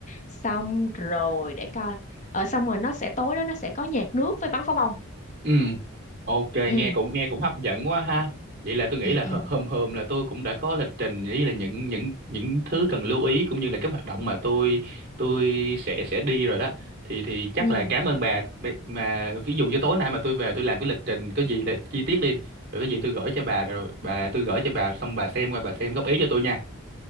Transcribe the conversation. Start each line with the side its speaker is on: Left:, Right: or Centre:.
Left: xong rồi để coi ờ xong rồi nó sẽ tối đó nó sẽ có nhạc nước với bắn pháo bông
Right: Ừ, ok
Left: ừ
Right: nghe cũng nghe cũng hấp dẫn quá ha. Vậy là tôi nghĩ
Left: ừ
Right: là
Left: ừ
Right: h- hôm hôm là tôi cũng đã có lịch trình với là những những những thứ cần lưu ý cũng như là các hoạt động mà tôi tôi sẽ sẽ đi rồi đó. Thì thì chắc
Left: ừ
Right: là cảm ơn bà Bè- mà ví dụ như tối nay mà tôi về tôi làm cái lịch trình có gì là chi tiết đi. Rồi cái gì tôi gửi cho bà rồi bà tôi gửi cho bà xong bà xem qua bà xem góp ý cho tôi nha.